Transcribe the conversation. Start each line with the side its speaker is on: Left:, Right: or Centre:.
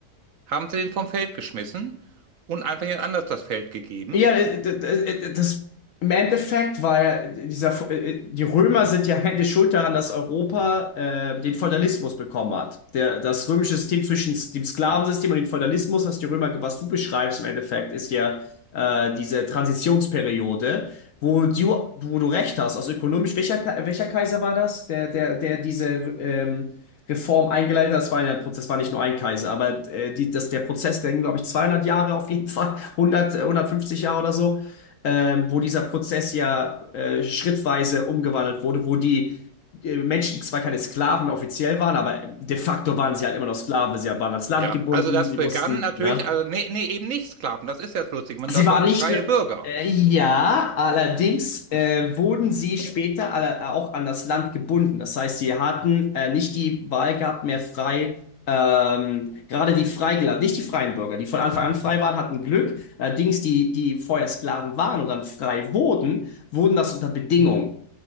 Right: haben sie den vom Feld geschmissen und einfach jemand anders das Feld gegeben.
Left: Ja, äh, d- d- äh, äh, das im Endeffekt war ja äh, dieser, äh, äh, die Römer sind ja eigentlich schuld daran, dass Europa äh, den Feudalismus bekommen hat. Der, das römische System zwischen s- dem Sklavensystem und dem Feudalismus, was die Römer, was du beschreibst im Endeffekt, ist ja äh, diese Transitionsperiode, wo du, wo du recht hast. Also ökonomisch, welcher, Ka- welcher Kaiser war das? Der, der, der diese ähm, Reform eingeleitet hat. Das war ja der Prozess, war nicht nur ein Kaiser, aber äh, die, das, der Prozess, der ging, glaube ich, 200 Jahre auf jeden Fall, 100, äh, 150 Jahre oder so, ähm, wo dieser Prozess ja äh, schrittweise umgewandelt wurde, wo die äh, Menschen zwar keine Sklaven offiziell waren, aber de facto waren sie halt immer noch Sklaven. Sie waren ans Land
Right: Ja,
Left: gebunden,
Right: also das
Left: sie
Right: begann
Left: mussten,
Right: natürlich,
Left: ne?
Right: also nee, nee, eben nicht Sklaven, das ist jetzt lustig, man,
Left: Sie
Right: das
Left: waren
Right: waren
Left: nicht,
Right: freie
Left: nur,
Right: Bürger.
Left: äh, ja, allerdings äh, wurden sie später alle, äh, auch an das Land gebunden. Das heißt, sie hatten äh, nicht die Wahl gehabt, mehr frei, ähm, gerade die Freigelassen, nicht die freien Bürger, die von Anfang an frei waren, hatten Glück. Allerdings die, die vorher Sklaven waren und dann frei wurden, wurden das unter Bedingungen